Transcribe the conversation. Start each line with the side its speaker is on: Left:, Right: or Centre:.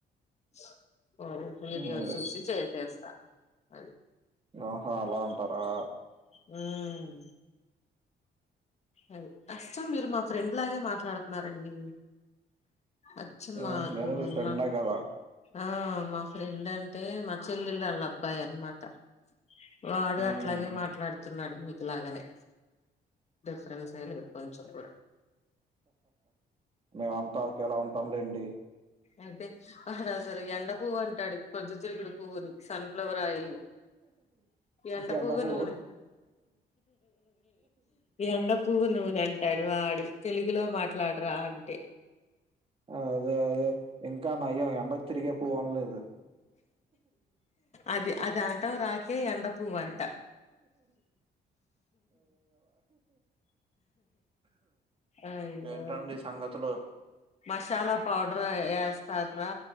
Left: <unintelligible> ఓ వీడియోలు
Right: ఉమ్,
Left: చూసి చేసేస్తా అది
Right: ఓహో అలా అంటారా
Left: హ్మ్ అది అచ్చం మీరు మా ఫ్రెండ్ లాగే మాట్లాడుతున్నారండి అచ్చు
Right: హ్మ్
Left: మాకు
Right: నేను మీ ఫ్రెండ్నే
Left: మా
Right: కదా
Left: ఆ మా ఫ్రెండ్ అంటే మా చెల్లెళ వాళ్ళ అబ్బాయి అనమాట వాడు
Right: ఉమ్.
Left: అట్లాగే మాట్ మాట్లాడుతున్నాడు మీకులాగానే క్రాంతి సేల్ కొంచెం కూడా
Right: మేమంతా ఒకేలా ఉంటాంలేండి
Left: అదే వాడు అసలు ఎండ పువ్వు అంటాడు ప్రొద్దుతిరుగుడు పువ్వుని సన్ఫ్లవర్ ఆయిల్ ఎండ
Right: ఎండకు
Left: పువ్వు నూనె ఎండ పువ్వు నూనె అంటాడు వాడు తెలుగు ఇలో మాట్లాడరా అంటే
Right: హా అదే అదే ఇంకా నయం ఎండకు తిరిగే పువ్వు అనలేదు
Left: అది అదనటం‌ రాకే ఎండ పువ్వంట అయ్యో
Right: ఇంకేంటండి సంగతులు
Left: మసాలా పౌడర్ ఎస్తర్నా